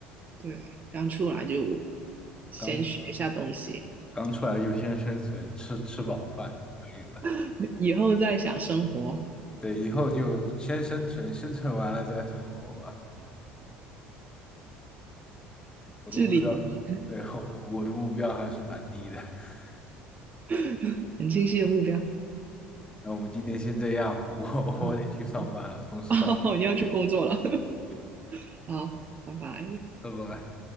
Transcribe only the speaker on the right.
对，刚出来就先学一下东西，
<laughs> 以后再想生活，
至理名言，
<laughs> 很清晰的目标。
啊，好
<laughs> 哦，你要去工作了，
<laughs> 好，拜拜。